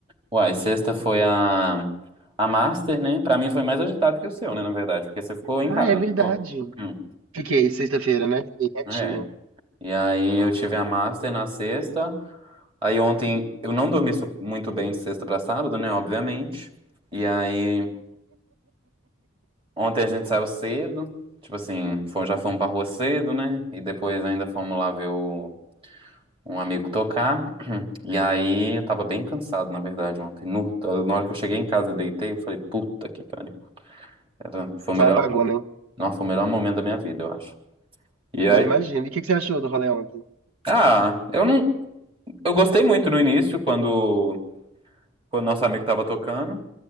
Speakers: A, on the right; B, on the right.
A: Uai, sexta foi a, a Master, né? Pra mim foi mais agitado que o seu, né? Na verdade, porque você ficou em
B: Ah,
A: casa,
B: é
A: não
B: verdade.
A: ficou? Hum,
B: Fiquei sexta-feira, né? Fiquei quietinha.
A: é. E aí eu tive a Master na sexta. Aí ontem eu não dormi su- muito bem de sexta pra sábado, né? Obviamente. E aí ontem a gente saiu cedo. Tipo assim, fomos- já fomos pra rua cedo, né? E depois ainda fomos lá ver o um amigo tocar. <clears throat> E aí eu tava bem cansado, na verdade, ontem. Nu, Então, na hora que eu cheguei em casa e deitei, eu falei, puta que pariu. Era, foi o
B: Só
A: melhor,
B: apagou, né?
A: não, foi o melhor momento da minha vida, eu acho. E
B: Não,
A: aí,
B: imagina. E o que que você achou do rolê ontem?
A: ah, eu não, eu gostei muito no início quando quando nosso amigo tava tocando